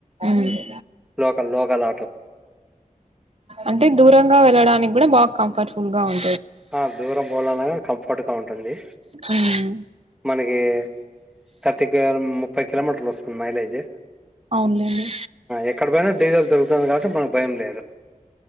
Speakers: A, on the right (about 45°); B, in the centre.
A: ఉమ్
B: లోకల్ లో గలాటో
A: అంటే దూరంగా వెళ్ళడానికి కూడా బాగ్ కంఫర్టబుల్ గా ఉ
B: ఆ దూరం పోవాళ్ళన్న కంఫర్ట్గా ఉంటుంది
A: ఉమ్
B: మనకి థర్టీ ముప్పై కిలోమీటర్లు వస్తుంది మైలేజ్
A: అవునులేండి
B: ఎక్కడ పోయినా డీజిల్ దొరుకుతంది కాబట్టి మన భయం లేదు